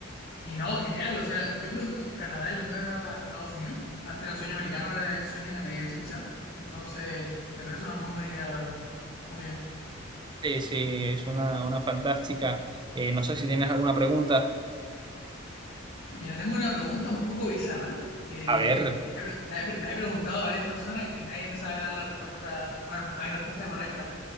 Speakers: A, on the left; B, on the right.
A: Y no, genial. O sea, yo creo que Canadá es la nueva Estados Unidos. Antes era el sueño americano, ahora es el sueño canadiense quizá. Entonces, me parece una muy buena idea, la verdad. Muy bien.
B: Sí, sí, es una, una fantástica. Eh, no sé si tienes alguna pregunta.
A: Mira, tengo una pregunta un poco bizarra que
B: A ver,
A: la he, pre- la he pre- la he preguntado a varias personas y nadie me sabe dar la respuesta. Bueno, no hay respuesta correcta,